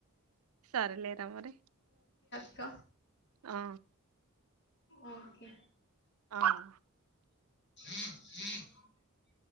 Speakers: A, on the right; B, on the left.
A: సార్ లేరా మరి
B: <inaudible>
A: ఆ
B: ఓకే
A: ఆ
B: <inaudible>